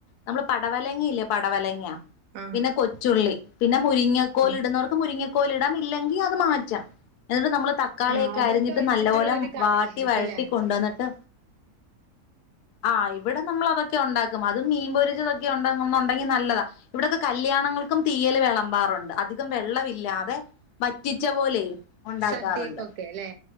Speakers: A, on the left; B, on the right.
A: നമ്മള് പടവലങ്ങിയില്ലേ പടവലങ്ങാ
B: ആ
A: പിന്നെ കൊച്ചുള്ളി പിന്നെ മുരിങ്ങക്കോല
B: ആ
A: ഇടുന്നവർക്ക് മുരിങ്ങ കൊലിടാം ഇല്ലെങ്കിൽ അത് മാറ്റാം എന്നിട്ട് നമ്മള് തക്കാളിയൊക്കെ
B: ആ അതൊക്കെ
A: അരിഞ്ഞിട്ട്
B: വെച്ചിട്ടുള്ളൊരു
A: നല്ല പോലെ
B: കറിയായിരിക്കുംല്ലേ
A: വാട്ടി വഴട്ടി കൊണ്ട വന്നിട്ട് ആ ഇവിടെ നമ്മൾ അതൊക്കെ ഉണ്ടാക്ക അത് മീൻപൊരിച്ചതൊക്കെ ഉണ്ടും ണ്ടെങ്കി നല്ലതാ ഇവിടെൊക്കെ കല്യാണങ്ങൾക്കും തീയൽ വിളമ്പാറുണ്ട് അധികം വെള്ളമില്ലാതെ വറ്റിച്ച പോലെയ ഉണ്ടാക്കാറുണ്ട്
B: സദ്യക്കൊക്കെ ല്ലേ